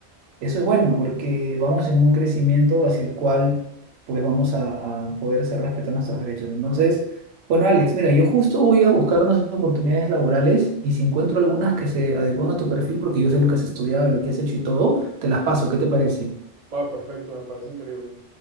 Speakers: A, on the right; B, on the right.
A: Eso es bueno porque vamos en un crecimiento hacia el cual pues vamos a, a poder hacer respetar nuestros derechos. Entonces, bueno, Alex, mira, yo justo voy a buscar unas oportunidades laborales y si encuentro algunas que se adecúan a tu perfil porque yo sé lo que has estudiado, lo que has hecho y todo, te las paso. ¿Qué te parece?
B: Va, perfecto, me parece increíble.